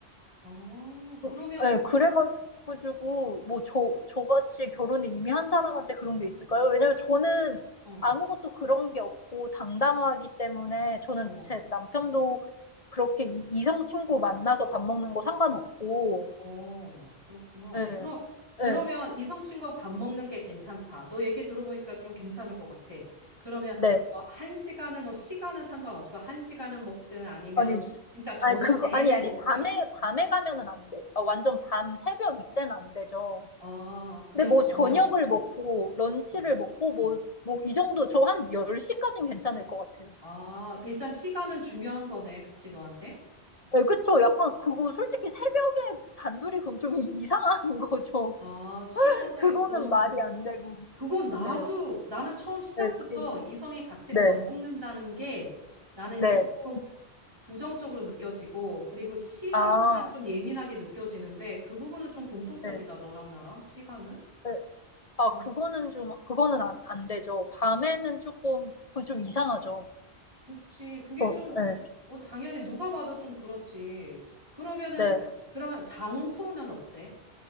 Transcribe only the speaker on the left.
어,
예, 그래가지고, 뭐, 저, 저같이 결혼을 이미 한 사람한테 그런 게 있을까요? 왜냐면 저는
아무것도 그런 게 없고 당당하기 때문에 저는
제 남편도 그렇게 이, 이성 친구 만나서 밥 먹는 거 상관없고,
예,
예,
네.
아니, 시-
아니, 그거,
아니, 아니,
밤에, 밤에 가면은 안 돼. 어, 완전 밤, 새벽 이때는 안 되죠.
근데 뭐
저녁을 먹고, 런치를
먹고, 뭐, 뭐, 이 정도, 저 한 10시까지는 괜찮을 것 같아요.
네, 그쵸. 약간 그거 솔직히 새벽에 단둘이 그럼 좀 <laughs> 이- 이상한 거죠.
<laughs>
그거는
말이
안 되고.
네.
네, 그,
네,
네.
아,
네.
네. 아,
그거는 좀, 그거는 안, 안 되죠. 밤에는 조금, 그건 좀
이상하죠.
어,
네.
네.